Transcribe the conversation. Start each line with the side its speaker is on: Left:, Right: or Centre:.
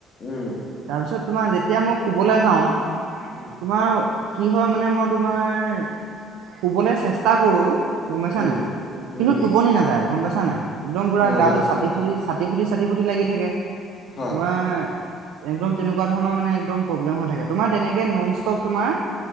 Left: উম।
Right: তাৰপিছত তোমাৰ যেতিয়া মই শুবলে যাওঁ,
Left: উম,
Right: তোমাৰ কি হয় মানে মই তোমাৰ শুবলে চেষ্টা কৰোঁ গম পাইছা
Left: উম,
Right: নাই। কিন্তু
Left: উম,
Right: টোপনি নাযায় গম পাইছা নাই একদম পুৰা
Left: নাযায়
Right: গাটো চাটি ফুটি চাটি ফুটি চাটি ফুটি লাগি থাকে।
Left: হয়,
Right: তোমাৰ একদম তেনেকুৱা ধৰণৰ মানে একদম প্ৰব্লেম হৈ থাকে। তোমাৰ তেনেকে নন ষ্টপ তোমাৰ